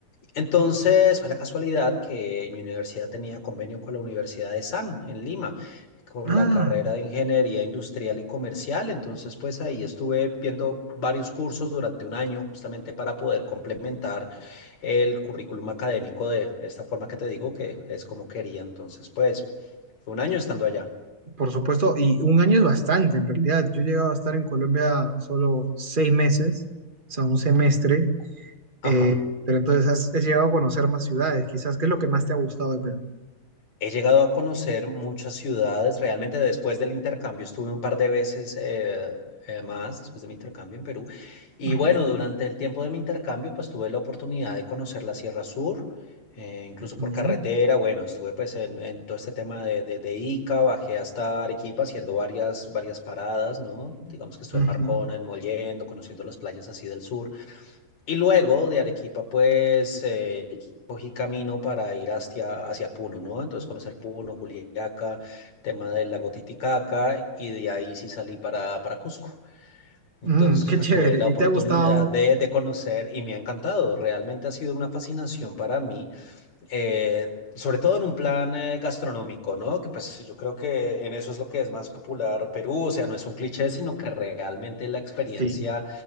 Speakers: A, on the left (about 45°); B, on the right (about 30°).
A: Entonces fue la casualidad que mi universidad tenía convenio con la Universidad de SAM en Lima, con
B: Ah,
A: la carrera de Ingeniería Industrial y Comercial. Entonces pues ahí estuve viendo varios cursos durante un año justamente para poder complementar el currículum académico de esta forma que te digo que es como quería. Entonces pues un año estando allá.
B: Por supuesto, y un año es bastante en realidad. Yo he llegado a estar en Colombia solo seis meses, o sea, un semestre,
A: Ajá.
B: eh, pero entonces has, has llegado a conocer más ciudades, quizás, ¿qué es lo que más te ha gustado de Perú?
A: He llegado a conocer muchas ciudades. Realmente después del intercambio estuve un par de veces eh, eh, más, después de mi intercambio en Perú. Y
B: Ujú,
A: bueno, durante el tiempo de mi intercambio, pues tuve la oportunidad de conocer la Sierra Sur, eh, incluso por
B: ujú,
A: carretera. Bueno, estuve pues en, en todo este tema de, de, de Ica, bajé hasta Arequipa haciendo varias, varias paradas, ¿no? Digamos que estuve
B: ujú.
A: en Marcona, en Mollendo, conociendo las playas así del sur. Y luego de Arequipa, pues eh, cogí camino para ir hacia, hacia Puno, ¿no? Entonces conocer Puno, Juliaca, tema del lago Titicaca, y de ahí sí salí para, para Cusco. Entonces,
B: Mm, qué
A: pues
B: chévere,
A: tuve la
B: ¿y
A: oportunidad
B: te ha gustado?
A: de, de conocer y me ha encantado. Realmente ha sido una fascinación para mí eh, sobre todo en un plan eh, gastronómico, ¿no? Que pues yo creo que en eso es lo que es más popular Perú, o sea, no es un cliché, sino que realmente la experiencia
B: Sí,